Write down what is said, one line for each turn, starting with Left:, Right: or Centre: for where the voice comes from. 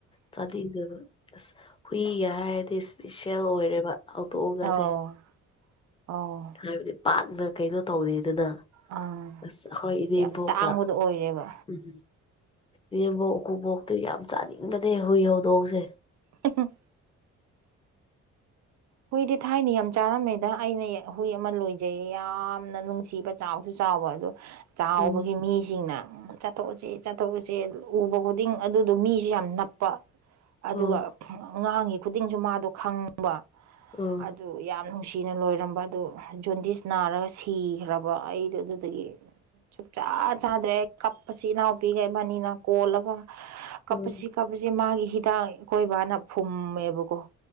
Left: ꯆꯥꯅꯤꯡꯗꯦꯕ ꯑꯁ ꯍꯨꯏꯒ ꯍꯥꯏꯔꯗꯤ ꯏꯁꯄꯤꯁꯦꯜ ꯑꯣꯏꯔꯦꯕ ꯍꯧꯗꯣꯛꯑꯒꯁꯦ
Right: ꯑꯣ ꯑꯣ
Left: ꯍꯥꯏꯕꯗꯤ ꯄꯥꯛꯅ ꯀꯩꯅꯣ ꯇꯧꯗꯦꯗꯅ
Right: ꯑꯥ
Left: ꯑꯁ ꯑꯈꯣꯏ ꯏꯅꯦꯝꯕꯣꯛꯀ
Right: ꯌꯥꯝ ꯇꯥꯡꯕꯗꯣ ꯑꯣꯏꯔꯦꯕ
Left: ꯎꯝ ꯏꯅꯦꯝꯕꯣꯛ ꯎꯀꯨꯕꯣꯛꯇꯤ ꯌꯥꯝ ꯆꯥꯅꯤꯡꯕꯅꯦ ꯍꯨꯏ ꯍꯧꯗꯣꯡꯁꯦ
Right: <inaudible> ꯍꯨꯏꯗꯤ ꯊꯥꯏꯅ ꯌꯥꯝ ꯆꯥꯔꯝꯃꯦꯗ ꯑꯩꯅ ꯍꯨꯏ ꯑꯃ ꯂꯣꯏꯖꯩ ꯌꯥꯝꯅ ꯅꯨꯡꯁꯤꯕ ꯆꯥꯎꯁꯨ ꯆꯥꯎꯕ ꯑꯗꯣ ꯆꯥꯎꯕꯒꯤ
Left: ꯎꯝ
Right: ꯃꯤꯁꯤꯡꯅ ꯆꯠ ꯆꯥꯊꯣꯛꯑꯁꯤ ꯆꯥꯊꯣꯛꯑꯁꯦ ꯎꯕ ꯈꯨꯗꯤꯡ ꯑꯗꯨꯗꯣ ꯃꯤꯁꯨ ꯌꯥꯝ ꯅꯞꯄ ꯑꯗꯨꯒ
Left: ꯎꯝ
Right: ꯉꯥꯡꯉꯤ ꯈꯨꯗꯤꯡꯁꯨ ꯃꯥꯗꯣ ꯈꯪꯕ
Left: ꯎꯝ
Right: ꯑꯗꯨ ꯌꯥꯝ ꯅꯨꯡꯁꯤꯅ ꯂꯣꯏꯔꯝꯕ ꯑꯗꯨ ꯖꯣꯟꯗꯤꯁ ꯅꯥꯔꯒ ꯁꯤꯈ꯭ꯔꯕ ꯑꯩ ꯑꯗꯨꯗꯒꯤ ꯁꯨꯡꯆꯥ ꯆꯥꯗ꯭ꯔꯦ ꯀꯞꯄꯁꯤ ꯏꯅꯥꯎꯄꯤꯒ ꯏꯕꯥꯅꯤꯅ ꯀꯣꯜꯂꯒ ꯀꯞꯄꯁꯤ
Left: ꯎꯝ
Right: ꯀꯛꯄꯁꯦ ꯃꯥꯒꯤ ꯍꯤꯗꯥꯛ ꯑꯈꯣꯏꯕꯅ ꯐꯨꯝꯃꯦꯕꯀꯣ